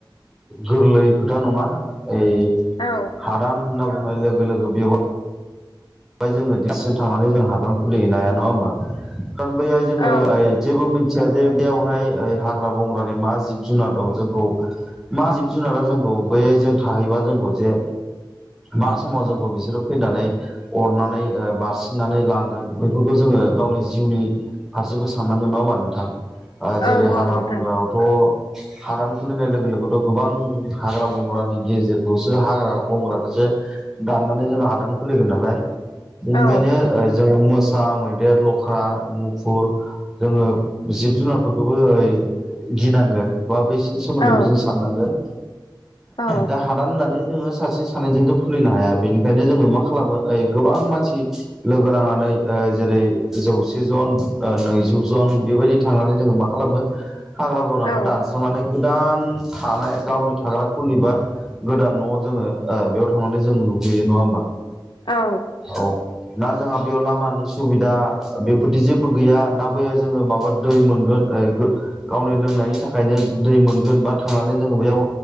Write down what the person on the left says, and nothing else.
औ
औ
औ
औ
नोंथां
औ
औ
औ
औ
औ